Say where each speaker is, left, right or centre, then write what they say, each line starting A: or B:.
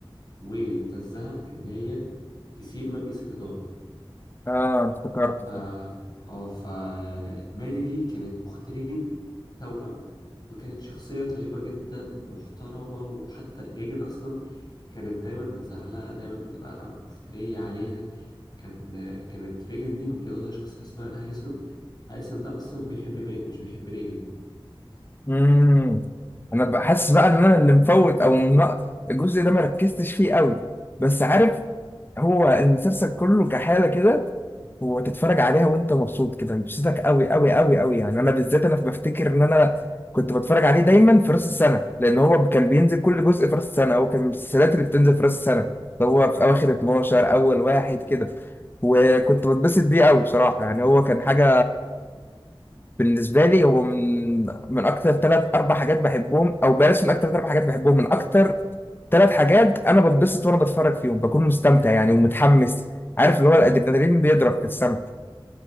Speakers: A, on the left; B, on the left.
A: ويبتزها إن هي تسيب مجلس الإدارة
B: اه انا افتكرت افتكرت
A: ف اه ف مادي دي كانت أخت ريجن توأم وكانت شخصية طيبة جدا محترمة وحتى ريجن أصلا كانت دايما بتزعلها دايما بتبقى مفترية عليها كان كانت ريجن دي متجوزة شخصية اسمها هاريسون هاريسون ده أصلا بيحب مادي مش بيحب ريجن
B: امم انا بقى حاسس بقى ان انا اللي مفوت او من... الجزء ده ما ركزتش فيه قوي بس عارف هو المسلسل كله كحاله كده وتتفرج عليها وانت مبسوط كده بتبسطك قوي قوي قوي قوي يعني انا بالذات انا بفتكر ان انا كنت بتفرج عليه دايما في راس السنه لان هو كان بينزل كل جزء في راس السنه او كان من المسلسلات اللي بتنزل في راس السنه اللي هو في اواخر 12 اول واحد كده وكنت بتبسط بيه قوي بصراحه يعني هو كان حاجه بالنسبه لي هو من من اكتر ثلاث اربع حاجات بحبهم او بلاش من اكتر ثلاث اربع حاجات بحبهم من اكتر ثلاث حاجات انا بتبسط وانا بتفرج فيهم بكون مستمتع يعني ومتحمس عارف اللي هو الادرينالين بيضرب في السما